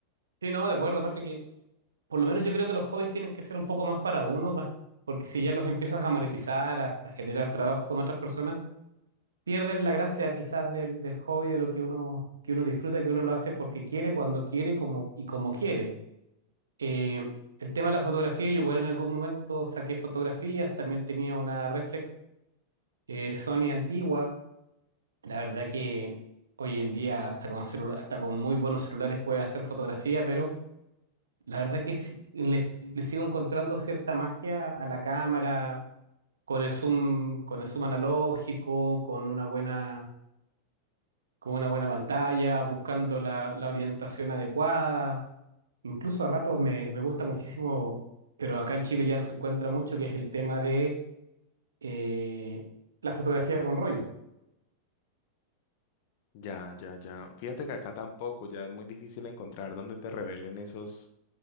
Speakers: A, on the right; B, on the left.
A: Sí, no, de acuerdo, aparte que por lo menos yo creo que los hobbies tienen que ser un poco más para uno, más, porque si ya los empiezas a monetizar, a, a generar trabajo con otras personas, pierden la gracia quizás del, del hobby, de lo que uno, que uno disfruta, que uno lo hace porque quiere, cuando quiere como, y como quiere. Eh, el tema de la fotografía, yo igual en algún momento saqué fotografías, también tenía una reflex eh, Sony antigua La verdad que hoy en día hasta con celula- hasta con muy buenos celulares puedes hacer fotografía, pero la verdad que sí- le, le sigo encontrando cierta magia a la cámara, con el zoom, con el zoom analógico, con una buena, con una buena pantalla, buscando la, la orientación adecuada. Incluso a ratos me, me gusta muchísimo, pero acá en Chile ya no se encuentra mucho, que es el tema de eh, la fotografía con rollo.
B: Ya, ya, ya. Fíjate que acá tampoco, ya es muy difícil encontrar donde te revelen esos